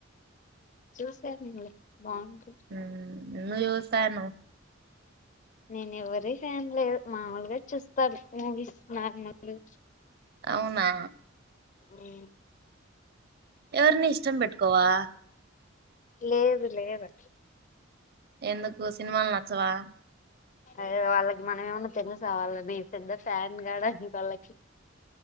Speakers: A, on the left (about 40°); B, on the right (about 50°).
A: చూసానులే బాగుంటుంది
B: హ్మ్ ను చూసాను
A: నేను ఎవరి ఫ్యాన్ లేదు మామూలుగా చూస్తాను మూవీస్ నార్మలు
B: అవునా
A: హ్మ్
B: ఎవరిని ఇష్టం బేట్టుకోవా
A: లేదు లేదు
B: ఎందుకు సినిమాలు నచ్చవా
A: అదేదో వాళ్ళకి మనం ఏమన్నానా తెలుస వాళ్ళకి పెద్ద ఫ్యాన్ గార్డ్ అని వాళ్ళకి